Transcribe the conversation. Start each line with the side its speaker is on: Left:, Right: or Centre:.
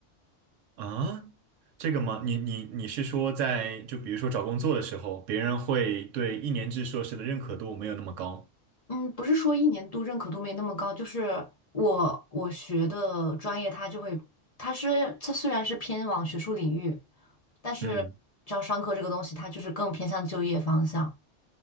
Right: 啊，这个吗？你你你是说在就比如说找工作的时候，别人会对一年制硕士的认可度没有那么高？
Left: 嗯，不是说一年度认可度没那么高，就是我我学的专业，它就会，它是它虽然是偏往学术领域，但是招商科这个东西，
Right: 嗯，
Left: 它就是更偏向就业方向，